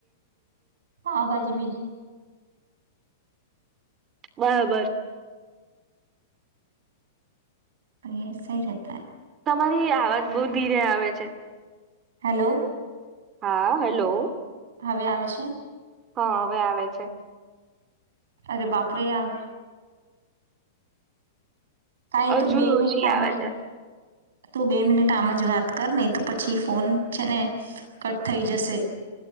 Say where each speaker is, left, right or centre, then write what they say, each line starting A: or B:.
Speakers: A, on the right (about 80°); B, on the right (about 20°).
A: પાાવભાજી બીજી
B: બરાબર.
A: યે સહી રહેતા હે
B: તમારી આવાજ બો ધીરે આવે છે.
A: હેલો.
B: હા હેલો.
A: હવે આવે છે.
B: હા હવે આવે છે.
A: અરે બાપરે આ કાઈ તો
B: હજુ
A: બે મિનિટ
B: ઓછી
A: આમ
B: આવે
A: જ
B: છે.
A: તું બે મિનિટ આમ જ વાત કર નહી તો પછી ફોન છે ને કટ થઈ જશે.